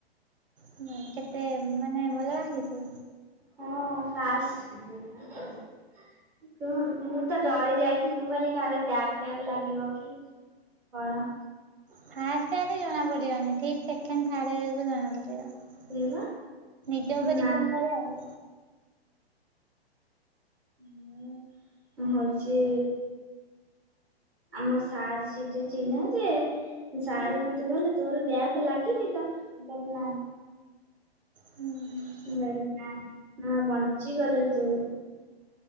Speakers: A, on the right; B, in the centre.
A: ହୁଁ କେତେ ମାନେ ଭଲ ବାହାରଛି
B: ହଁ ପାଶ୍। ମୁଁ ତ ଡରି ଯାଇଥିଲ ମୁଁ କହିଲି କାଳେ ବ୍ୟାକ ଫ୍ୟାକ ଲାଗିବ କି କଣ।
A: ଫାଷ୍ଟ ଟାରେ ଜଣା ପଡିବନି ଠିକ୍ ସେକେଣ୍ଡ ଥାଡ଼୍ ଜଣା ପଡି଼ବ।
B: ସେଇବା
A: ନିଜ ଉପରେ
B: ନା
A: ଡିପେଣ୍ଡ କରେ ଆଉ।
B: ମୁଁ ହଉଚି। ଆମ ସାର୍ ସେଠି ଚିହ୍ନା ଯେ ସାର୍ ମତେ କହିଲେ ତୋର ବ୍ୟାକ ଲାଗିନି ତ ମୁଁ କହିଲି ନାଇଁ।
A: ହୁଁ
B: ମୁଁ କହିଲି ନାଇଁ ହଁ ବଞ୍ଚିଗଲୁ ତୁ।